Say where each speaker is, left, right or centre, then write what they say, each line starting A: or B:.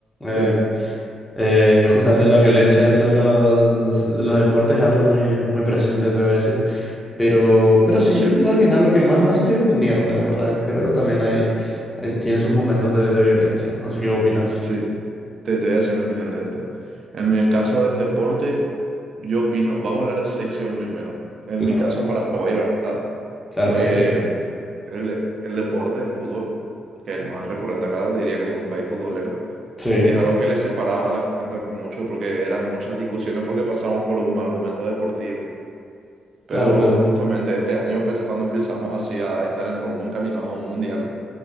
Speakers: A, on the left; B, on the right.
A: Eh,
B: Sí,
A: Eh, justamente la violencia dentro de los, de los deportes es algo muy, muy presente, te voy a decir. Pero, pero sí,
B: cierto.
A: yo creo que al final lo que más hace es unirlas, ¿verdad? Pero también hay, hay- tiene sus momentos de, de violencia. No sé qué opinas.
B: Sí, te, te voy a decir mi opinión de esto. En el caso del deporte, yo opino, vamos a hablar de selección primero. En
A: Claro.
B: mi caso en Paraguay, ¿verdad?
A: Claro,
B: Eh,
A: sí.
B: el, de- el deporte, el fútbol, que es más recurrente acá, diría que somos un país futbolero,
A: Sí,
B: es algo que le separaba a la gente mucho porque eran muchas discusiones porque pasamos por un mal momento deportivo. Pero
A: claro, claro.
B: justamente este año, empecé, cuando empezamos así a estar en rumbo, encaminados a un mundial,